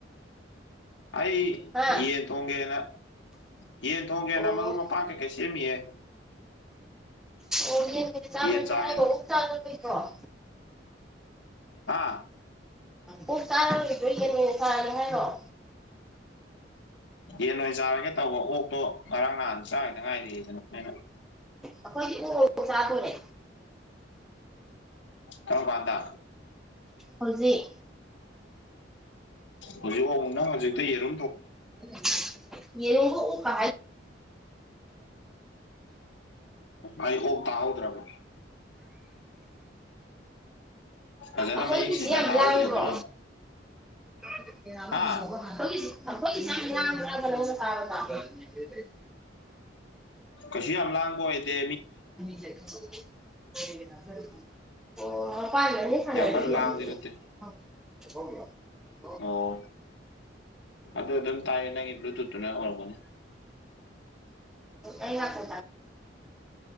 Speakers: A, on the left; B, in the centre.
A: ꯑꯩ
B: ꯍꯥ
A: ꯌꯦꯟ ꯊꯣꯡꯒꯦꯅ ꯌꯦꯟ ꯊꯣꯡꯒꯦꯅ
B: ꯑꯣ
A: ꯃꯔꯨꯞ ꯃꯄꯥꯡ ꯀꯩꯀꯩ ꯁꯦꯝꯃꯤꯑ <unintelligible>
B: ꯑꯣꯕꯤ ꯆ
A: ꯌꯦꯟ ꯆꯥꯒꯦꯅ
B: ꯆꯥꯗꯣ
A: ꯍꯥ
B: ꯑꯣ ꯇꯥꯔꯣꯏꯗꯣꯏ ꯀꯩꯅꯣ ꯐꯥꯅꯤ ꯍꯥꯏꯔꯛꯑꯣ
A: ꯌꯦꯟ ꯑꯣꯏꯅ ꯆꯥꯔꯒꯦ ꯇꯧꯕ ꯑꯣꯛꯇꯣ ꯉꯔꯥꯡ ꯅꯍꯥꯟ ꯆꯥꯗ ꯉꯥꯏꯔꯤꯗꯅ ꯑꯩꯅ
B: ꯑꯩꯈꯣꯏꯗꯤ ꯎꯔꯣꯛ ꯆꯥꯗꯣꯔꯦ
A: ꯀꯔꯝ ꯀꯥꯟꯗ
B: ꯍꯧꯖꯤꯛ
A: ꯍꯧꯖꯤꯨꯅ ꯍꯧꯖꯤꯛꯛꯇ ꯌꯦꯔꯨ
B: <unintelligible>
A: ꯑꯩ ꯑꯣꯛ ꯇꯥꯍꯧꯗ꯭ꯔꯕ ꯐꯖꯅ
B: ꯑꯩꯈꯣꯏꯒꯤꯁꯦ
A: ꯃꯌꯦꯛ ꯁꯦꯡꯅ
B: ꯌꯥꯝ
A: ꯇꯥꯍꯧꯗ꯭ꯔꯦ
B: ꯂꯥꯏꯕ꯭ꯔꯣ
A: ꯑꯗꯨꯅ
B: <unintelligible>
A: ꯍꯥ
B: <unintelligible>
A: ꯎ ꯀꯁꯤ ꯑꯝꯂꯒꯣ ꯍꯥꯏꯠꯇꯦ
B: ꯑꯣ <unintelligible>
A: ꯌꯥꯝ ꯀꯟꯅ ꯂꯥꯡꯕꯗꯤ ꯅꯠꯇꯦ ꯑꯣ ꯑꯗꯨꯗ ꯑꯗꯨꯝ ꯇꯥꯏꯅꯒꯤ ꯑꯗꯨꯅ ꯍꯅꯦ
B: ꯑ ꯉ ꯐ